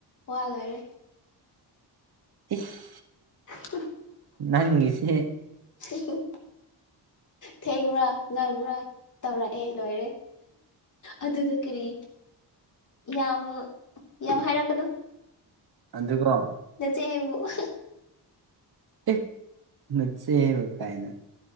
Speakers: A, on the left; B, on the right.
A: ꯋꯥ ꯂꯣꯏꯔꯦ
B: ꯏꯁ
A: <unintelligible>
B: ꯅꯪ ꯒꯤꯁꯦ
A: <unintelligible> ꯊꯦꯡꯕ꯭ꯔꯥ ꯉꯟꯕ꯭ꯔꯥ ꯇꯧꯔꯛꯑꯦ ꯂꯣꯏꯔꯦ ꯑꯗꯨꯗ ꯀꯔꯤ ꯌꯥꯡꯉꯣ ꯌꯥꯝ ꯍꯥꯏꯔꯛꯀꯅꯣ
B: ꯑꯗꯨꯒꯣ
A: ꯅꯆꯦꯕꯨ <unintelligible>
B: ꯑꯦ ꯅꯆꯦꯕꯨ ꯀꯥꯏꯅ